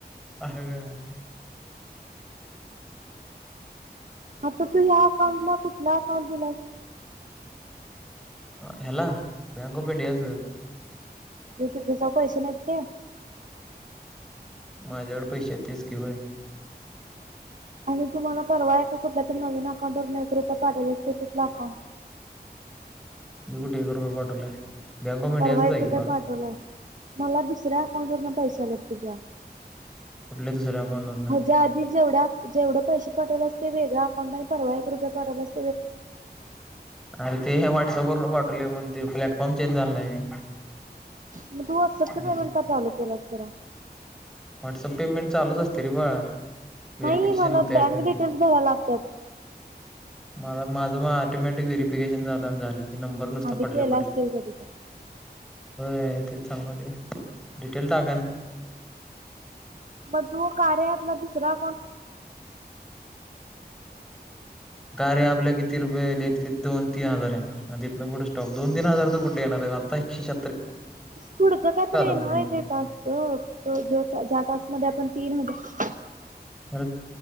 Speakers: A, in the centre; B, on the right (about 50°).
A: आ हा काय
B: आता तू ह्या अकाउंटला कुठला अकाउंट दिला आहेस?
A: ह्याला बँँक ऑफ इंडियाचा
B: जे तुझा पैशे नायत ते
A: माझ्याकडे पैशे तेच किवाय
B: आणि तुम्हाला परवा आहे का कुठल्या तररी नवीन अकाउंट दून एक रुपये पाठवलचते कुठला अकाउंट
A: मी कुठे एक रुपया पाठवलाय? बँक ऑफ इंडियाचच
B: परवा एक
A: आहे
B: रुपया
A: की बा
B: पाठवलायस मला दुसऱ्या अकाउंट वरनं पैशे आल्यात तुझ्या.
A: कुठल्या दुसऱ्या अकाउंट वरन
B: हेज्या आधी जेवढ्या जेवढं पैशे पाठवलास ते वेगळा अकाउंट आहे, परवा एक रुपया पाठवलास
A: अरे ते ह्या व्हॉट्सअप वरून पाठवले म्हण ते प्लॅटफॉर्म चेंज झालं नाही.
B: मग तू व्हॉट्सअपचा
A: आणि
B: पेमेंट का चालू केलाय खरा?
A: व्हॉट्सअप पेमेंट चालूच असते रे बाळा. व्हेरिफिकेशन
B: नाही मला
A: होते ऑटोमॅटिक
B: बँक डिटेल्स भरा लागतात.
A: मला माझं मग ऑटोमॅटिक व्हेरीफिकेशन झालं होऊन झालेत. ते नंबर नुसता
B: आधी
A: पडल्या
B: केला
A: पडल्या
B: असतील कधी तर
A: होय तेच चांगलय डिटेल टा
B: मग तू कार्या ऐपला दुसरा
A: कार्या ऐपला किती रुपये लेतले दोन तीन हजार येणार आणि तिथनं पुढे स्टॉप दोन तीन हजार तर कुठे येणार आता एकशे श
B: पुढचं काय तर येणार
A: म्हणायचं
B: आहे ते टास्क त ज ज्या टास्क मध्ये आपण तीन हजार
A: अरं